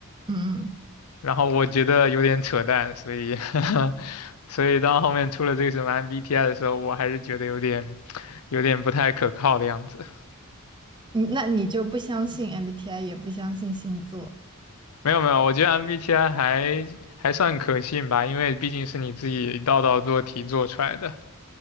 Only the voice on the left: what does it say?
然后我觉得有点扯淡，所以 <laughs> 所以当后面出了这个什么 MBTI 的时候，我还是觉得有点有点不太可靠的样子。
没有没有，我觉得 MBTI 还还算可信吧，因为毕竟是你自己一道道做题做出来的。